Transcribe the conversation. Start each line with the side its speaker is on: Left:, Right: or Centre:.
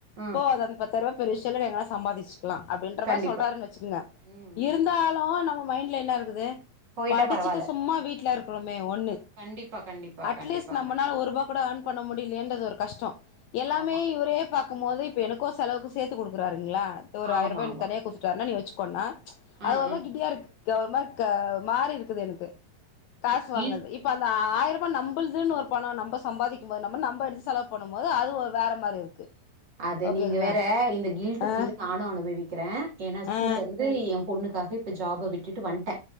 Right: ம்
Left: போவாத அந்த பத்தாயிரவா பெரிய விஷ்யோலா இல்ல நீ எங்னா சம்பாதிச் க்லா அப்டின்ற
Right: கண்டிப்பா
Left: மாரி சொல்றாருன்னு வெச்சுக்கங்க
Right: ம் ம்
Left: இருந்தாலு
Right: ம்
Left: நம்ம மைண்ட்ல என்ன இருக்குது
Right: போயிட்டா
Left: படிச்சுட்டு
Right: பரவால்ல
Left: சும்மா வீட்ல இருக்குறோமே ஒன்னு
Right: கண்டிப்பா கண்டிப்பா
Left: அட்லீஸ்ட்
Right: கண்டிப்பாங்க
Left: நம்மனால ஒருபா கூட எர்ன் பண்ண முடியிலேயே இன்றது ஒரு கஷ்டோ எல்லாமே
Right: ஆமா
Left: இவரே பாக்க பாக்கும்போது இப்போ எனக்கோ செலவுக்கு சேத்து குடுக்குறாறுங்களா இது ஒரு
Right: ஆமா
Left: ஆயிர்ரூபா எனக்கு
Right: ஆமா
Left: தனியா குத்துட்டாருானா நீ வெச்சுக்கோன்னா
Right: ஆ
Left: அது ஒரு
Right: ஆ
Left: மாரி கிட்டியா இருக்கு ஒரு மாரி க ஒரு மாரி இருக்குது எனக்கு காசு வாங்கரது
Right: கில்
Left: இப்ப அந்த ஆயி ஆயிரபா நம்புள்துனு ஒரு பணோ நம்ம சம்பாதிக்கும் போது நம்ம நம்ம எடுத்து செலவு பண்ணும்போது அது ஒரு வேற மாரி இருக்கு
Right: அது
Left: ஓகேங்களா
Right: நீங்க வேற இந்த கில்ட்டு
Left: ஆ
Right: ஃபீல் நானு அனுபவிக்கிற ஏன்னா ஸ்கூல்லருந்து
Left: ஆ
Right: எயா பொண்ணுக்காக இப்ப ஜாப விட்டுட்டு வன்ட்டே